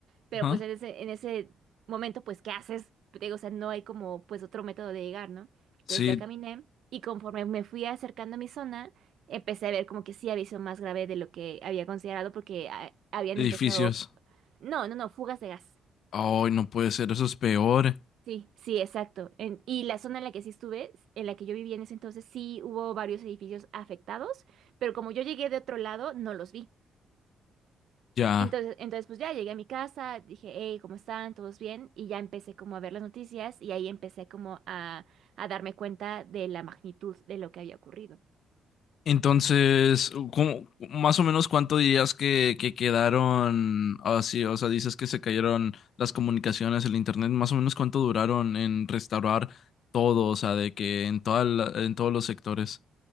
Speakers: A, on the right; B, on the left.
A: Pero
B: Ajá.
A: pues en ese, en ese momento, pues, ¿qué haces? Te Digo, o sea, no hay como pues otro método de llegar, ¿no? Entonces
B: Sí,
A: ya caminé y conforme me fui acercando a mi zona, empecé a ver como que sí había sido más grave de lo que había considerado porque ah, habían
B: edificios.
A: empezado, no, no, no, fugas de gas.
B: Ay, no puede ser, eso es peor.
A: Sí, sí, exacto. En- y la zona en la que sí estuve, en la que yo vivía en ese entonces, sí hubo varios edificios afectados, pero como yo llegué de otro lado, no los vi.
B: Ya.
A: Entonces, entonces, pues ya llegué a mi casa, dije, hey, ¿cómo están? ¿Todos bien? Y ya empecé como a ver las noticias y ahí empecé como a, a darme cuenta de la magnitud de lo que había ocurrido.
B: Entonces, ¿cómo- más o menos cuánto dirías que, que quedaron así? o sea, dices que se cayeron las comunicaciones, el internet, más o menos cuánto duraron en restaurar todo, o sea, de que en toda la- en todos los sectores.